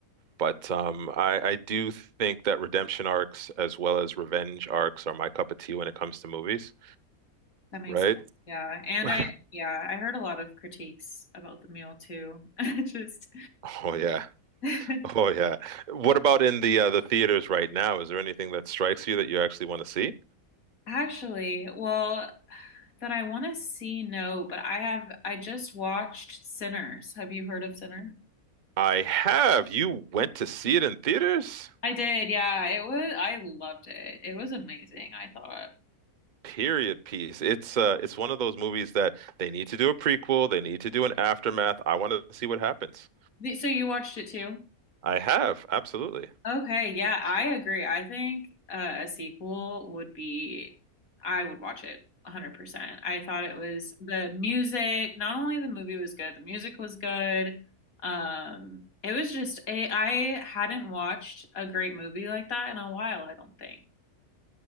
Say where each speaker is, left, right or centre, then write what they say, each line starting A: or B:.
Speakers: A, on the right; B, on the left.
A: But um, I, I do think that redemption arcs as well as revenge arcs are my cup of tea when it comes to movies,
B: That makes
A: right?
B: sense. Yeah. And
A: <laughs>
B: I, yeah, I heard a lot of critiques about the meal too. <laughs> Just
A: Oh yeah.
B: <laughs>
A: Oh yeah. What about in the uh, the theaters right now? Is there anything that strikes you that you actually want to see?
B: actually, well, that I want to see, no, but I have, I just watched Sinners. Have you heard of Sinners?
A: I have. You went to see it in theaters?
B: I did. Yeah. It was, I loved it. It was amazing, I thought.
A: Period piece. It's uh it's one of those movies that they need to do a prequel, they need to do an aftermath. I want to see what happens.
B: The- So you watched it too?
A: I have, absolutely.
B: Okay, yeah, I agree. I think uh, a sequel would be, I would watch it 100%. I thought it was the music, not only the movie was good, the music was good. Um, it was just, it, I hadn't watched a great movie like that in a while, I don't think.